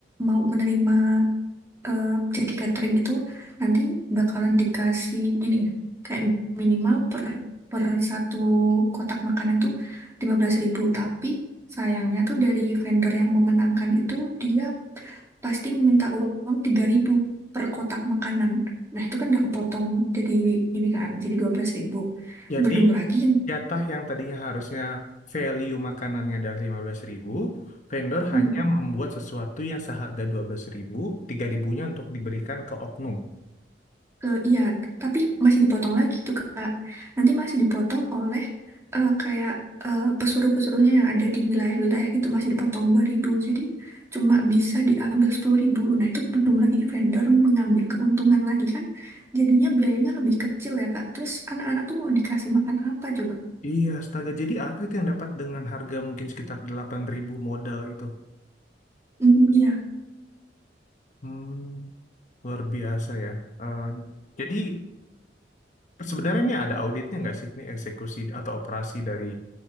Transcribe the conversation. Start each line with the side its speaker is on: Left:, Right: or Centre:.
Right: mau menerima eh, jadi catering itu nanti bakalan dikasih ini ya, kayak minimal per per satu kotak makanan tuh 15.000. tapi sayangnya tuh dari vendor yang memenangkan itu dia pasti meminta uang 3.000 per kotak makanan. Nah, itu kan udah kepotong jadi ini kan, jadi 12.000.
Left: Jadi
Right: Belum lagi
Left: jatah yang tadinya harusnya value makanannya dari lima belas ribu vendor
Right: <laughs>
Left: hanya membuat sesuatu yang seharga 12.000, 3.000-nya untuk diberikan ke oknum.
Right: Eh, iya, t- tapi masih dipotong lagi tuh Kak. Nanti masih dipotong oleh eh, kayak eh, pesuruh-pesuruhnya yang ada di wilayah-wilayah gitu masih dipotong dua ribu, Jadi cuma bisa diambil 10.000. Nah, itu belum lagi vendor mengambil keuntungan lagi kan. Jadinya biayanya lebih kecil ya Kak. Terus anak-anak tuh mau dikasih makan apa coba?
Left: Iya, astaga. Jadi apa itu yang dapat dengan harga mungkin sekitar 8.000 modal itu?
Right: Mm, iya.
Left: Hmm, luar biasa ya. Eh, jadi sebenarnya ini ada auditnya nggak sih ini eksekusi atau operasi dari